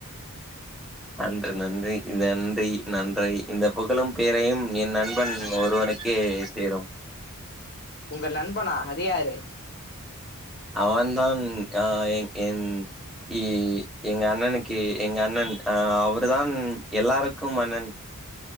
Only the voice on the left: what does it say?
உங்கள் நண்பனா அது யாரு